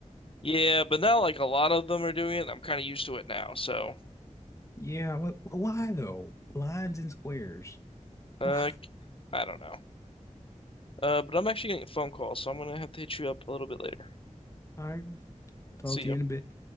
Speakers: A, on the left (about 45°); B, on the left (about 25°).
A: Yeah, but now like a lot of them are doing it. And I'm kind of used to it now, so
B: Yeah, what why though? Lines and squares.
A: uh,
B: Why?
A: I don't know. Uh, but I'm actually getting a phone call, so I'm gonna have to hit you up a little bit later.
B: <laughs> All right. Talk
A: See
B: to
A: ya.
B: you in a bit.